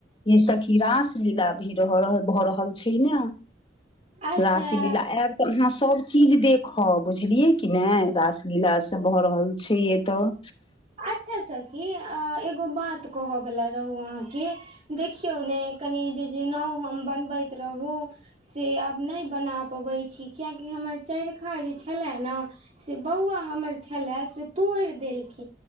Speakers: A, on the left; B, on the right.
A: यै सखी रास लीला भी रह रह भऽ रहल छै न
B: अच्छा
A: रास लीला रास लिल ऐब तऽ अहाँ सभ चीज देखब बुझलियै कि नाइ रास लील भऽ रहल छै एतय
B: अच्छा सखी अ एगो बात कहयवला रहू अहाँकेँ देखियौ ने कनि जे जे नाव हम बनबैत रहूँ से आब नहि बना पबैत छी कियकि हमर चरिखा जे छलए नऽ से बौआ हमर छलै से तोड़ि देलखिन